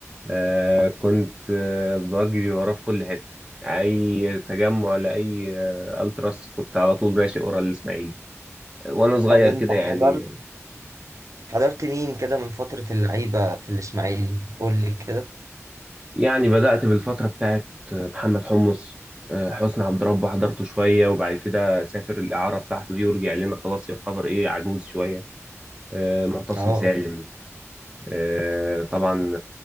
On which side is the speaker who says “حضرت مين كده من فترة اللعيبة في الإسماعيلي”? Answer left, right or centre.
Right